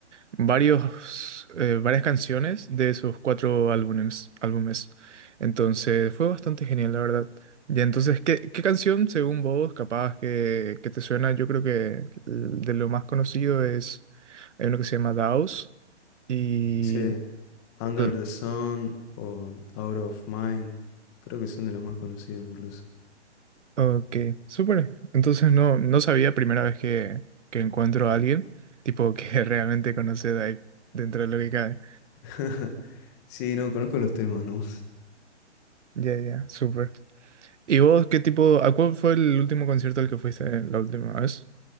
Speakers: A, on the right; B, on the left.
A: varios, eh, varias canciones de sus cuatro álbumes, álbumes. Entonces fue bastante genial, la verdad. Ya, entonces, ¿qué, qué canción, según vos, capaz que, que te suena? Yo creo que l- de lo más conocido es, hay uno que se llama Daos y...
B: Sí. Under
A: eh,
B: the Sun o Out of Mind. Creo que son de las más conocidas incluso.
A: Ok, súper. Entonces no, no sabía primera vez que, que encuentro a alguien, tipo que <laughs> realmente conoce de ahí, dentro de lo que cabe.
B: <laughs> Sí, no, conozco los temas, ¿no?
A: Ya, ya, súper. ¿Y vos qué tipo, a cuál fue el último concierto al que fuiste eh, la última vez?